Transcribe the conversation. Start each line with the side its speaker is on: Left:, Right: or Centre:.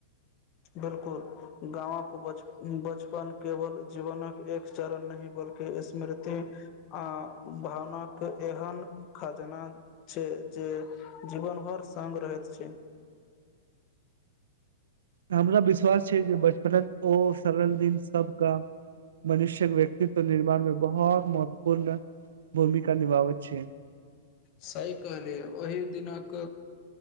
Left: बिलकुल, गाँवक बच बचपन केवल जीवनक एक चरण नहि बल्कि स्मृति आ भावनाके एहन खजाना छै जे जीवन भर संग रहैत छै।
Right: हमरा विश्वास छै जे बचपनक ओ सरल दिन सबकऽ मनुष्य्यक व्यक्तित्व निर्माण मे बहुत महत्वपूर्ण भूमिका निभाबैत छै
Left: स कहली ओहि दिनक